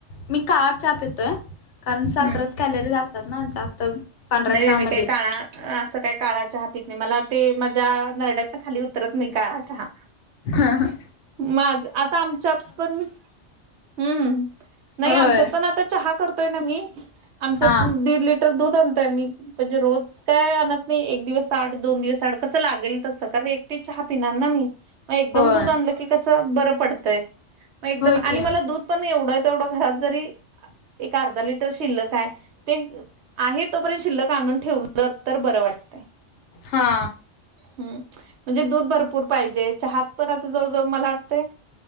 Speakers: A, on the left; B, on the right.
A: मी काळा चहा पितोय. कारण साखरात
B: हम्म
A: कॅलरीज असतात ना जास्त. पांढऱ्या
B: नाय
A: चहामध्ये
B: बाय मी काय काळा असं काय काळा चहा पित नाही, मला ते माझ्या नरड्यातन खाली उतरत नाही काळा चहा.
A: हा हा.
B: माझ आता आमच्यात पण. हम्म, नाही
A: होय
B: आमच्यात पण आता चहा करतोय ना मी, आमच्यात
A: हा
B: दीड लिट टर दूध आणतोय आम्ही म्हणजे रोज काय आणत नाही एक दिवस आड दोन दिवस आड कसं लागेल तसं कारण एकटी चहा पिणार ना मी. म एकदम
A: होय
B: दूध आणलं की कसं बरं पडतंय म एकदम
A: होय
B: आणि
A: की
B: मला दूध. पण एवढं तेवढं घरात जरी एक अर्धा लिटर शिल्लक आहे. ते आहे तोपर्यंत शिल्लक आणून ठेवलं तर बरं वाटत.
A: हा.
B: हम्म म्हणजे दूध भरपूर पाहिजे चहात पण आता जवळ जव मला वाटतय